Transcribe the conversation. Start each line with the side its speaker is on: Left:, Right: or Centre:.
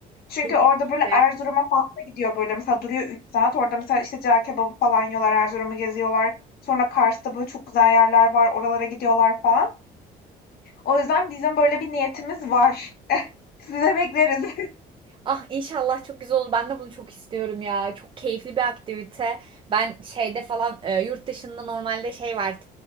Left: Çünkü
Right: Kesinlikle.
Left: orada böyle Erzurum'a falan da gidiyor böyle mesela duruyor 3 saat. Orada mesela işte cağ kebabı falan yiyorlar Erzurum'u geziyorlar. Sonra Kars'ta böyle çok güzel yerler var oralara gidiyorlar falan. O yüzden bizim böyle bir niyetimiz var. Size bekleriz. <laughs>
Right: Ah inşallah çok güzel olur. Ben de bunu çok istiyorum ya. Çok keyifli bir aktivite. Ben şeyde falan e, yurt dışında normalde şey var.